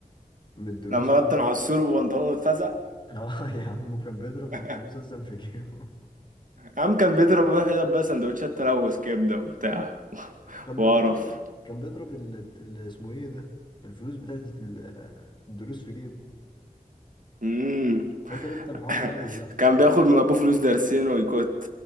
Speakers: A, on the left; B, on the right.
A: من الدروس
B: لما
A: وكده
B: بطن عصور
A: <laughs>
B: وبنطلون اتفزع
A: اه يا عم وكان بيضرب
B: <laughs>
A: الفلوس اصلا في جيبه
B: عم كان بيضرب واحد بس سندوتشات تلوث كبده وبتاع
A: <laughs> كان
B: وقرف
A: بيضرب صح كان بيضرب ال... ال- اسمه ايه ده الفلوس بتاعت ال- الدروس في جيبه
B: مم.
A: فاكر انت الحوار
B: <laughs>
A: ده ولا لا
B: كان بياخد من ابوه فلوس درسين ويكت